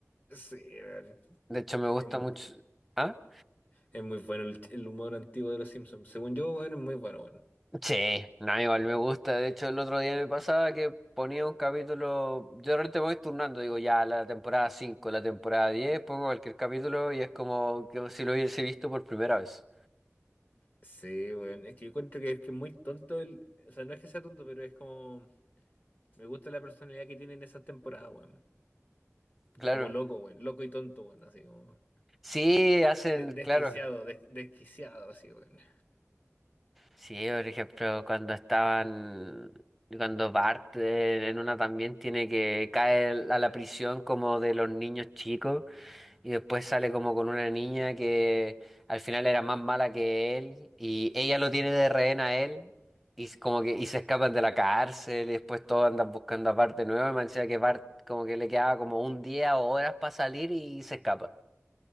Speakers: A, on the left; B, in the centre.
A: Sí, weón.
B: De hecho, me gusta
A: Es muy,
B: mucho. ¿Ah?
A: es muy bueno el, el humor antiguo de los Simpsons. Según yo, weón, es muy bueno, weón.
B: Sí, no, igual me gusta. De hecho, el otro día me pasaba que ponía un capítulo. Yo de repente me voy turnando, digo, ya la temporada 5, la temporada 10, pongo cualquier capítulo y es como que si lo hubiese visto por primera vez.
A: Sí, weón. Es que yo encuentro que es que es muy tonto el. O sea, no es que sea tonto, pero es como. Me gusta la personalidad que tiene en esas temporadas, weón.
B: Claro.
A: Como loco, weón. Loco y tonto, weón. Así como.
B: Sí, hacen,
A: de- desquiciado,
B: claro.
A: des- desquiciado, así, weón.
B: Sí, por ejemplo, cuando estaban. Cuando Bart eh, en una también tiene que caer a la prisión como de los niños chicos. Y después sale como con una niña que al final era más mala que él y ella lo tiene de rehén a él y s- como que y se escapan de la cárcel y después todos andan buscando a Bart de nuevo y me decía que Bart como que le quedaba como un día o horas para salir y se escapa.